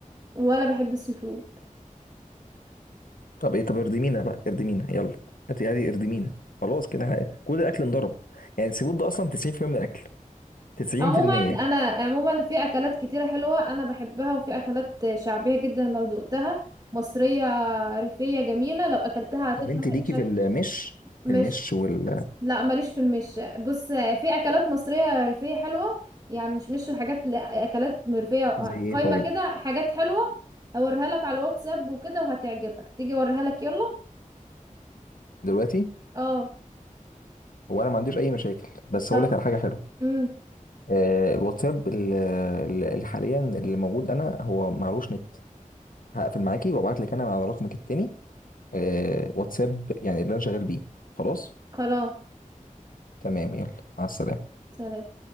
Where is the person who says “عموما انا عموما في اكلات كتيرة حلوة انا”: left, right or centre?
Right